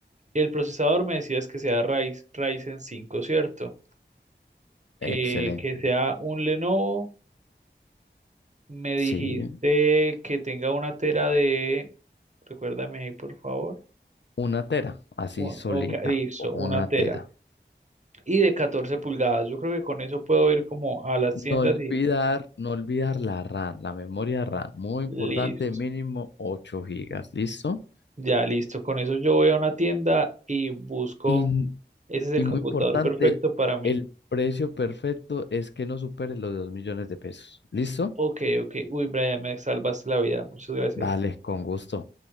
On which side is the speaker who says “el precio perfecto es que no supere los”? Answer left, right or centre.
Left